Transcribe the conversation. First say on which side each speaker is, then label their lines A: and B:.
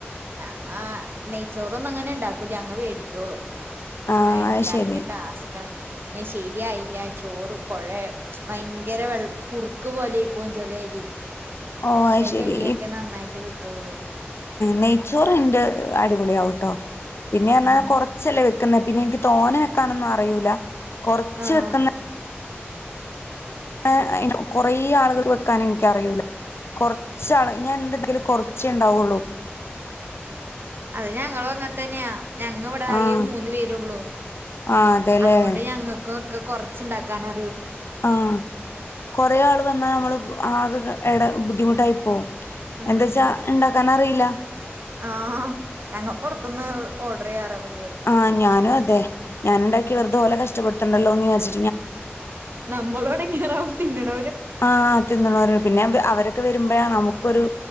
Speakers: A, on the right; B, on the left.
A: ഞങ്ങ നെയ്ച്ചോറോന്നും അങ്ങനെ ഇണ്ടാക്കൂല, ഞങ്ങ വേടികയൊള്ളു
B: ആഹ്
A: അയ് ഇണ്ടാക്കല്
B: അത് ശരി
A: ടാസ്‌ക്കാണ് ശരിയായില്ല ചോറ് കുഴയ ഭയങ്കര വെള്ളം കുറുക്ക് പോലെആയിപോവും ചെലേരി
B: ഓ അത്
A: ചേലെ
B: ശരി
A: അരിയൊക്കെ നന്നായിട്ട് കിട്ടുള്ളൂ
B: നെയ്ച്ചോറിന്റെ അടിപൊളി ആവുട്ടോ പിന്നെ പറഞ്ഞ
A: ഉം
B: കുറച്ചല്ലേ വെക്കുള്ളു ക്ക പിന്നെ എനിക്ക് തോന വെക്കാനൊന്നും അറിയൂല കൊറച്ച്
A: ആഹ്
B: വെക്കുന്ന <unintelligible> കൊറേ ആളുകള് വെക്കാന ഇനിക്കറിയൂല കൊറച്ചാള് ഞാന് എന്ത്ണ്ടെങ്കിലും കുറച്ചേ ഇണ്ടാകുള്ളൂ
A: അത് ഞങ്ങളും അങ്ങൻ തന്നെയാ ഞങ്ങ ഇവിടെ ആകേ
B: ആഹ്
A: മൂന്ന് പേരുള്ളു
B: ആഹ് അതെല്ലേ
A: അതുകൊണ്ട് ഞങ്ങൾക്കും ഒക്കെ കൊറച്ചുണ്ടാക്കാനാ
B: ആ കൊറേ ആള് വന്നാ നമ്മള് ആകെ എട ബുദ്ധിമുട്ടായി പോകും
A: ഉം
B: എന്താച്ചാ ഇണ്ടാക്കാൻ അറിയില്ല
A: ആഹ് ഞങ്ങ പൊറത്ത്ന്ന് ഓർഡർ ചെയ്യാറാ പതിവ്
B: ആഹ് ഞാനും അതെ ഞാൻണ്ടാക്കി വെറുതുഓലെ കഷ്ടപ്പെടുത്തണ്ടല്ലോ എന്ന് വിചാരിച്
A: നമ്മളോടെങ്ങനറാവ തിന്ന്ണത്
B: ആഹ് തിന്നാരോരുണ്ട് പിന്നെ അവരൊക്കെ വരുമ്പോഴാ നമുക്ക് ഒരു